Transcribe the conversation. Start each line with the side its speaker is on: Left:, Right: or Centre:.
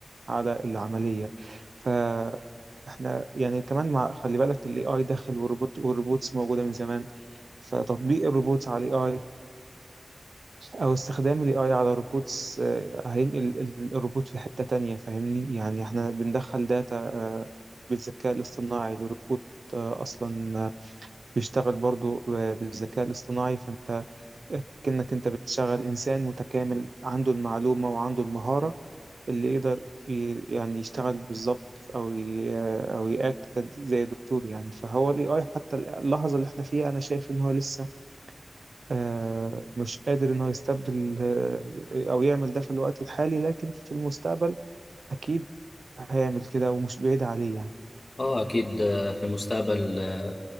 Right: على العملية فاحنا يعني كمان مع خلي بالك الاي اي داخل والروبوت والروبوتس موجودة من زمان فتطبيق الروبوتس على الاي او استخدام ال AI على روبوتس آه، هينقل ال- الروبوت في حتة تانية فاهمني يعني احنا بندخل داتا آه، بالذكاء الاصطناعي لروبوت آه، اصلا آه، بيشتغل برضو آه، بالذكاء الاصطناعي فانت كأنك انت بتشغل انسان متكامل عنده المعلومة وعنده المهارة اللي يقدر ي- يعني يشتغل بالظبط او ي- آه، او ياكت زي دكتور يعني فهو ال AI حتى اللحظة اللي احنا فيها انا شايف ان هو لسه آه، مش قادر إن هو يستبدل آه، أو يعمل ده في الوقت الحالي لكن في المستقبل أكيد هيعمل كده ومش بعيد عليه يعني
Left: اه اكيد آه، في المستقبل آه،